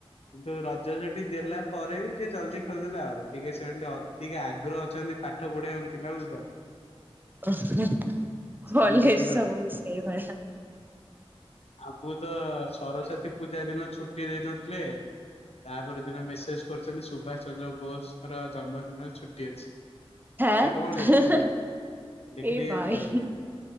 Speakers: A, on the left (about 80°); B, on the right (about 20°).
A: କିନ୍ତୁ ରଜରେ ବି ଦେଲା ପରେ ବି ଟିକେ ଜଲ୍ଦି ଖୋଲିଦେଲା ଆଉ ଟିକେ ସେମାନେ ଟିକେ ଅଧିକା ଆଗ୍ରହ ଅଛନ୍ତି। ପାଠ ପଢିବାକୁ ପିଲା ବେଳୁ ତ।
B: ଓ ହୁଁ କଲେଜ୍
A: ଆମେ ବୁଝିପାରୁ
B: ସବୁ ସେଇଭଳିଆ।
A: ଆମକୁ ତ ସରସ୍ଵତୀ ପୂଜା ଦିନ ଛୁଟି ଦେଇନଥିଲେ। ତାପର ଦିନ ମେସେଜ୍ କରିଚନ୍ତି ସୁଭାଷ ଚନ୍ଦ୍ର ବୋଷଙ୍କର ଜନ୍ମଦିନରେ ଛୁଟି ଅଛି।
B: ହାଁ
A: ଏଟା କଣ ଲେଖିଥିଲେ ଦେଖିଦେଇକି
B: ଏଇ ଭାଇ
A: ଏମିତି କହିଥିଲେ।